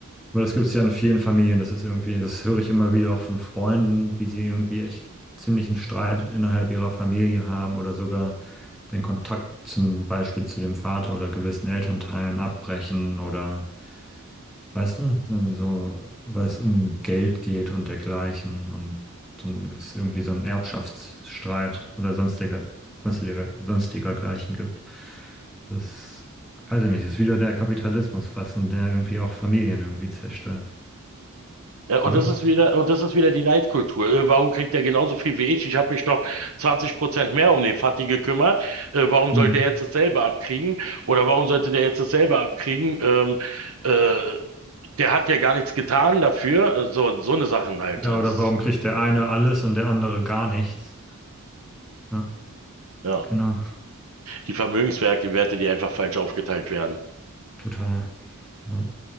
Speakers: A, in the centre; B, on the right.
A: Aber das gibt es ja in vielen Familien. Das ist irgendwie, das höre ich immer wieder auch von Freunden, wie die irgendwie echt ziemlichen Streit innerhalb ihrer Familie haben oder sogar den Kontakt zum Beispiel zu dem Vater oder gewissen Elternteilen abbrechen oder, weißt du, dann so, weil es um Geld geht und dergleichen und es ist irgendwie so ein Erbschaftsstreit oder sonstiger, sonstiger, sonstiger gleichen gibt. Das, weiß ich nicht, ist wieder der Kapitalismus fast und der irgendwie auch Familien irgendwie zerstört,
B: Ja, und
A: oder?
B: das ist wieder, und das ist wieder die Neidkultur. Äh, warum kriegt er genauso viel wie ich? Ich habe mich doch 20 Prozent mehr um den Fatih gekümmert. Äh, warum
A: Hm.
B: soll der jetzt dasselbe abkriegen? Oder warum sollte der jetzt dasselbe abkriegen? Ähm, äh, der hat ja gar nichts getan dafür. Äh, So, so eine Sachen halt.
A: Ja,
B: Äh,
A: oder
B: Das,
A: warum kriegt der eine alles und der andere gar nichts? Ja,
B: ja.
A: genau,
B: die Vermögenswerte, die einfach falsch aufgeteilt werden.
A: total. Ja,